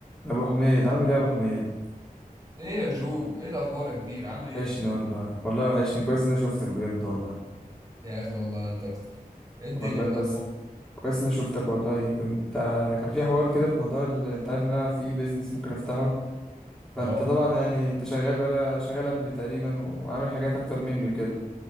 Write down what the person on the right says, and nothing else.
ايه يا جو ايه الاخبار يا كبير عامل ايه
يا اخي والله انت اكتر ايه الدنيا
ايه
الاخبار
اه